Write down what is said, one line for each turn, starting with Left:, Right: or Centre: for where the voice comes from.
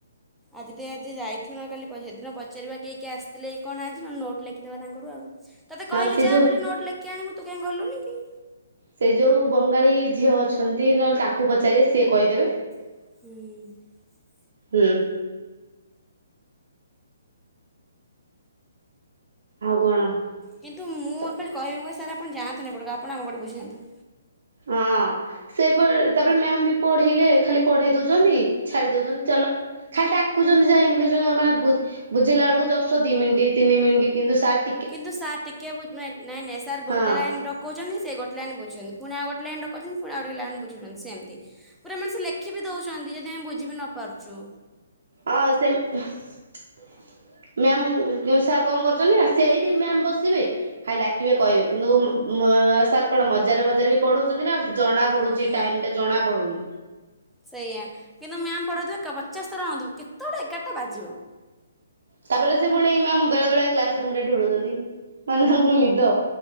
Centre: ଆଜି ତ ଆଜି ଯାଇଥୁ ନା କାଲି ସେଦିନ ପଚାରିବା କିଏ କିଏ ଆସିଥିଲେ କଣ ଆଜି ନ ନୋଟ୍ ଲେଖିଦେବା ତାଙ୍କଠୁ ଆଉ ତତେ
Right: ହଁ
Centre: କହିଲି
Right: ସେ
Centre: ଯା
Right: ଯୋଉ
Centre: ବୋଲି ନୋଟ ଲେଖି ଆଣିବୁ ତୁ କାଇଁ ଗଲୁନି କି?
Right: ସେ ଯୋଉ ବଙ୍ଗାଳୀ ଝିଅ ଅଛନ୍ତି ନହେଲେ ତାଙ୍କୁ ପଚାରିବେ ସିଏ କହିଦେବେ।
Centre: ହୁଁ
Right: ହୁଁ ଆଉ କଣ?
Centre: କିନ୍ତୁ ମୁଁ
Right: ତ
Centre: ଏପଟେ କହିବି ମୁଁ କହିବି ସାର୍ ଆପଣ ଯାଆନ୍ତୁନି ଏପଟ ଆପଣ ଆମ ପଟେ ବୁଝାନ୍ତୁ।
Right: ହଁ ସେପ ତାପରେ ମ୍ୟାାମ ବି ପଢେଇଲେ ଖାଲି ପଢେଇ ଦଉଛନ୍ତି ଛାଡି ଦଉଛନ୍ତି ଚାଲ ଖାଲି ଡାକୁଛନ୍ତି ଯାହା ଇଂଲିଶ ମାନେ ବୁଝେଇଲା ବେଳକୁ ଜଷ୍ଟ ଦି ମିନିଟ୍ ତିନି ମିନିଟ୍ କିନ୍ତୁ ସାର
Centre: କିନ୍ତୁ ସାର୍ ଟିକେ ବୁ ନାଇଁ ନାଇଁ ନାଇଁ ସାର୍ ଗୋଟେ
Right: ହଁ
Centre: ଲାଇନ ଡକଉଛନ୍ତି ସେ ଗୋଟେ ଲାଇନ୍ ବୁଝୁଛନ୍ତି ପୁଣି ଗୋଟେ ଲାଇନ ଡାକୁଛନ୍ତି ପୁଣି ଆଉଗୋଟେ ଲାଇନ୍ ବୁଝଉଛନ୍ତି ସେମିତି ପୁରା ମାନେ ସେ ଲେଖି ବି ଦଉଛନ୍ତି ଯଦି ଆମେ ବୁଝ ଜି ବି ନ ପାରଛୁ।
Right: ଆ ସେ ଉମ ମ୍ୟାମ କେଉଁ ସାର୍ କଣ କରୁଛନ୍ତି ନା ସେଇଠି ମ୍ୟାମ୍ ବସିବେ ଖାଲି ଡାକିବେ କହିବେ କିନ୍ତୁ ଉମ୍ ସାର୍ କଣ ମଜାରେ ମଜାରେବି ପଢଉଛନ୍ତି ନା ଜଣା ପଡୁଛି
Centre: ହୁଁ
Right: ଟାଇମ ଟା ଜଣା ପଡୁନି
Centre: ସେଇଆ କିନ୍ତୁ ମ୍ୟାମ୍ ପଢଉଥିବ ଏକା ପଚାଶ ଥର ଅନଥିବୁ କେତେବେଳେ ଏଗାରଟା ବାଜିବ।
Right: ତାପରେ ସେ ପୁଣି ମ୍ୟାମ୍ ବେଳେ ବେଳେ କ୍ଲାସ ରୁମ ରେ ଢୋଳଉଛନ୍ତି ମାନେ ତାଙ୍କୁ ନିଦ